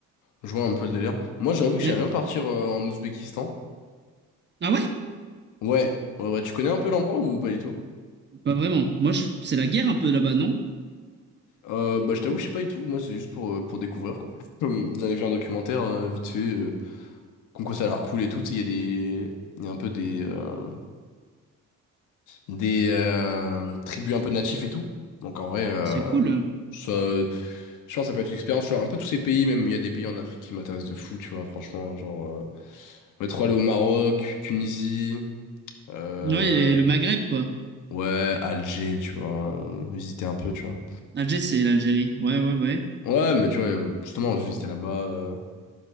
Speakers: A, on the left (about 85°); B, on the right (about 35°).
A: Je vois un peu le délire. Moi, j'avoue que
B: Et-
A: j'aimerais bien partir euh, en Ouzbékistan.
B: Ah ouais?
A: Ouais. Ouais, ouais. Tu connais un peu l'endroit ou pas du tout?
B: Pas vraiment. Moi, je- c'est la guerre un peu là-bas, non?
A: Euh, bah, je t'avoue, je sais pas du tout. Moi, c'est juste pour, euh, pour découvrir, quoi. <clears throat> Comme J'avais vu un documentaire, euh, vite fait, euh, comme quoi ça a l'air cool et tout. Tu sais, il y a des... Il y a un peu des... euh, des euh, tribus un peu natifs et tout. Donc, en vrai, euh,
B: C'est cool.
A: ça... Je pense que ça peut être une expérience, tu vois, un peu tous ces pays, même il y a des pays en Afrique qui m'intéressent de fou, tu vois, franchement, genre, euh, on est trop allé au Maroc, Tunisie, euh,
B: Ouais, les- le Maghreb quoi.
A: ouais, Alger, tu vois, euh, visiter un peu, tu vois.
B: Alger, c'est l'Algérie. Ouais, ouais,
A: Bon.
B: ouais.
A: Ouais, mais tu vois, euh, justement, j'ai visité là-bas, euh,